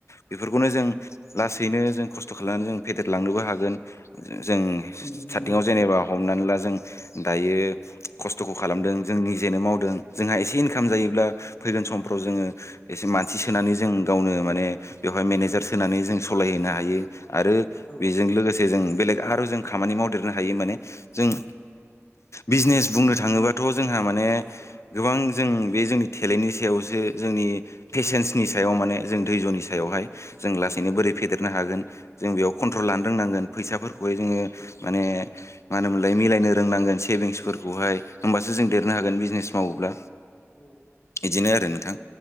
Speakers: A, on the left (about 65°); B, on the left (about 45°).
A: बेफोरखौनो जों लासैनो जों खस्थ' खालामनानै जों फेदेरलांनोबो हागोन जों
B: उम
A: स्टारटिंआव
B: नंगौ
A: जेनेबा हमनानै ला जों दायो खस्थ'खौ खालामदों जों निजेनो मावदों जोंहा एसे इनकाम जायोब्ला फैगोन समफ्राव जोङो एसे मानसि सोनानै जों गावनो माने बेवहाय मेनेजार सोनानै जों सालायहोनो हायो आरो।
B: औ
A: बेजों लोगोसे जों बेलेग आरो जों खामानि मावदेरनो हायो माने जों बिजनेस बुंनो थाङोबाथ' जोंहा माने गोबां जों बे जोंनि टेलेन्टनि सायावसो जोंनि पेसेन्सनि सायाव माने जों धैज्य'नि सायावहाय जों लासैनो
B: औ
A: बोरै फेदेरनो हागोन जों बेयाव कन्ट्रल लानो रोंनांगोन। फैसाफोरखौहाय जोङो
B: औ
A: माने मा होनोमोनलाय मिलायनो रोंनांगोन। सेभिंसफोरखौहाय होमबासो जों देरनो हागोन बिजनेस मावोब्ला।
B: औ
A: बिदिनो आरो नोंथां